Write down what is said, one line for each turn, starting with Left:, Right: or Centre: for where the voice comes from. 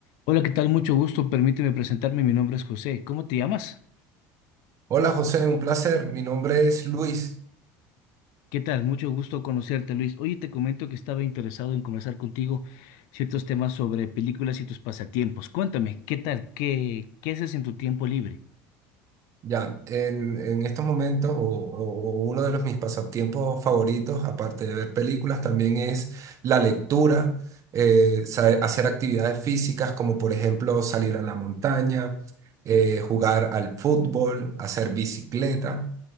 Left: Hola, ¿qué tal? Mucho gusto. Permíteme presentarme. Mi nombre es José. ¿Cómo te llamas?
Right: Hola José, un placer. Mi nombre es Luis.
Left: ¿Qué tal? Mucho gusto conocerte, Luis. Oye, te comento que estaba interesado en conversar contigo ciertos temas sobre películas y tus pasatiempos. Cuéntame, ¿qué tal? ¿Qué, qué haces en tu tiempo libre?
Right: Ya, en, en estos momentos, o, o- o uno de los, mis pasatiempos favoritos, aparte de ver películas, también es la lectura, eh, sa- hacer actividades físicas como por ejemplo salir a la montaña, eh, jugar al fútbol, hacer bicicleta.